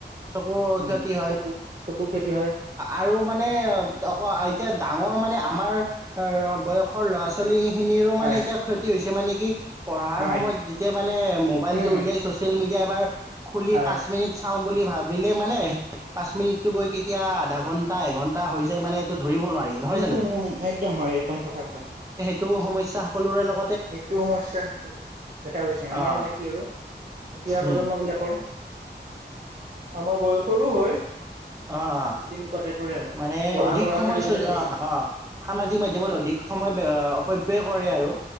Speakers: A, on the right; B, on the right.
A: সেইবোৰ
B: উম
A: ক্ষতি হয়
B: চকু চকু ক্ষতি হয়
A: আৰু মানে আকৌ ডাঙৰ মানে। আমাৰ। বয়সৰ ল'ৰা ছোৱালী খিনিৰো
B: হয়
A: মানে এতিয়া ক্ষতি হৈছে। সিমানে কি পঢ়াৰ
B: হয়
A: সময়ত যেতিয়া মানে ম'বাইলটো
B: উম
A: উলিয়াই চ'চিয়েল মিডিয়া এতিয়া এবাৰ খুলি
B: হয়
A: পাঁচ মিনিট চাওঁ খুলিম বুলি ভাবিলে মানে পাচঁ মিনিটটো গৈ কেতিয়া আধা ঘণ্টা এঘণ্টা হৈ যায় মানে এইটো ধৰিব নোৱাৰি নহয়
B: উম
A: জানো
B: উম উম একদম হয় একদম সঁচা কথা
A: তটো সমস্যা সকলোৰে লগত
B: সেইটো সমস্যা দেখা গৈছে আমাৰ
A: অঁ
B: মানে কি আৰু উঠি অহা
A: উম
B: প্ৰজন্ম বিলাকৰ আমাৰ বয়সৰো হয়
A: অ অ
B: তেনেকুৱা টাইপৰে আৰু
A: মানে
B: পঢ়া
A: অধিক
B: ল'ৰা
A: সময়
B: ছোৱালী
A: চচি
B: বিলাক বেছিকে
A: অ অ সামাজিক মাধ্যমত অধিক সময় অ বে কৰে আৰু